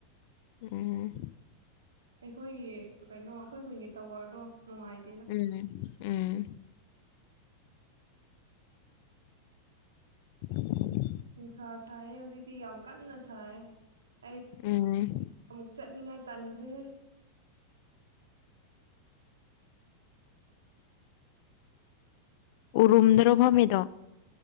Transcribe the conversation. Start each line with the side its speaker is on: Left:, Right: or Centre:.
Left: ꯎꯝ
Right: ꯑꯩꯈꯣꯏꯒꯤ ꯀꯩꯅꯣ ꯑꯩꯈꯣꯏ ꯈꯨꯟꯒꯤ ꯇꯋꯥꯔꯗꯣ ꯅꯨꯡꯉꯥꯏꯇꯦꯗ
Left: ꯎꯝ ꯎꯝ ꯎ
Right: ꯅꯨꯡꯁꯥ ꯁꯥꯏ ꯍꯧꯖꯤꯛꯇꯤ ꯌꯥꯝ ꯀꯟꯅ ꯁꯥꯏ ꯑꯩ
Left: ꯎꯝ
Right: ꯑꯃꯨꯛ ꯆꯠꯅꯤꯡꯉꯥꯏ ꯇꯥꯟꯈ꯭ꯔꯦ
Left: ꯎꯔꯨꯝ ꯗ꯭ꯔꯣꯚ ꯃꯗꯣ